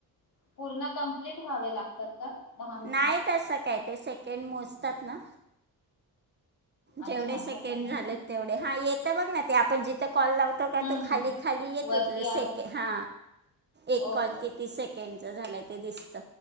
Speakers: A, on the left; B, on the right.
A: पूर्ण कमप्लीट व्हावे लागतात का दहा मिनिटं
B: नाही तसं कायत ते सेकंड मोजतात ना जेवढे
A: अच्छा असं
B: सेकंड
A: पण आहे
B: झाले
A: का
B: तेवढे हा एक ते बघ ना ते आपण कॉल लावतो का
A: हम्म
B: तू खाली
A: हम्म
B: खाली येत
A: वरती
B: सेक
A: आहे
B: हा एक
A: ओके
B: कॉल
A: ओके
B: किती सेकडचा झाला ते दिसत